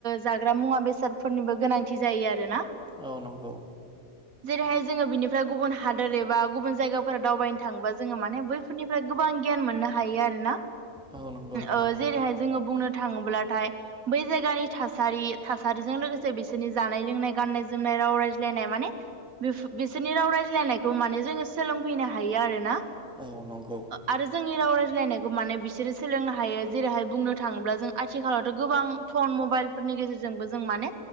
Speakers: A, on the right; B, in the centre.
A: जाग्रा मुवा बेसादफोरनिबो गोनांथि जायो आरोना।
B: औ नंगौ।
A: जेरैहाय जोङो बिनिफ्राय गुबुन हादोर एबा गुबुन जायगाफोर दावबायनो थाङोबा जोङो माने बैफोरनिफ्राय गोबां गियान मोननो हायो आरोना
B: औ नंगौ नोंथां
A: ओ जेरैहाय जोङो बुंनो थाङोब्लाथाय बै जायगानि थासारि थासारिजों लोगोसे बिसोरनि जानाय लोंनाय गाननाय जोमनाय राव रायज्लायनाय माने बेफो बिसोरनि राव रायज्लायनायखौ माने जोङो सोलोंफैनो हायो आरो ना।
B: औ नंगौ
A: आरो जोंनि राव राय लायनायखौ माने बिसोरो सोलोंनो हायो जेरैहाय बुंनो थाङोब्ला जों आथिखालावथ' गोबां फन मबाइलफोरनि गेजेरजोंबो जों माने